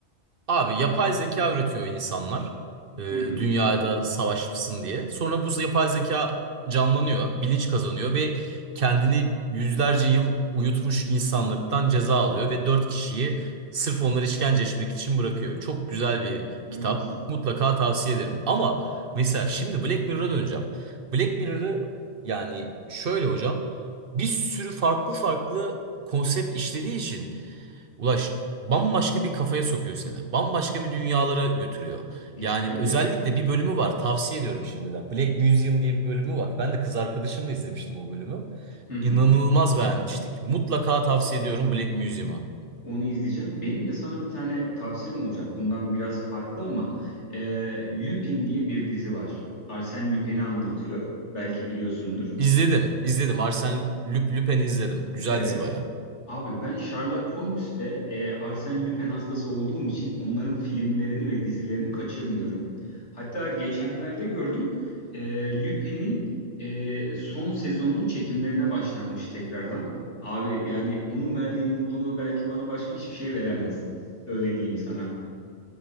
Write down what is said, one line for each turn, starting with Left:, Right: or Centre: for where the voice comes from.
Right: Abi yapay zeka üretiyor insanlar. e,
Left: Hı hı.
Right: dünyada savaşsın diye. Sonra bu yapay zeka canlanıyor, bilinç kazanıyor ve kendini yüzlerce yıl uyutmuş insanlıktan ceza alıyor ve dört kişiyi sırf onları işkence etmek için bırakıyor. Çok güzel bir
Left: Hmm.
Right: kitap. Mutlaka tavsiye ederim. Ama mesela şimdi Black Mirror'a döneceğim. Black Mirror'ı yani şöyle hocam bir sürü farklı farklı konsept işlediği için Ulaş bambaşka bir kafaya sokuyor seni. Bambaşka bir dünyalara götürüyor.
Left: Ya
Right: Yani
Left: evet.
Right: özellikle bir bölümü var tavsiye ediyorum şimdiden. Black Museum diye bir bölümü var. Ben de kız arkadaşımla izlemiştim o bölümü.
Left: Hı hı.
Right: İnanılmaz beğenmiştik. Mutlaka tavsiye ediyorum Black Museum'u.
Left: Onu izleyeceğim. Benim de sana bir tane tavsiyem olacak. Bundan biraz farklı ama e, Lupin diye bir dizi var. Arsène Lupin'i anlatıyor. Belki biliyorsundur.
Right: İzledim, izledim. Arsène Lüp- Lupin'i izledim. Güzel
Left: Evet.
Right: dizi bayağı.
Left: Abi ben Sherlock Holmes ve e, Arsène Lupin hastası olduğum için onların filmlerini ve dizilerini kaçırmıyorum. Hatta geçenlerde gördüm e, Lupin'in e, son sezonun çekimlerine başlanmış tekrardan. Abi yani onun verdiği mutluluğu belki bana başka hiçbir şey veremez. Öyle diyeyim sana.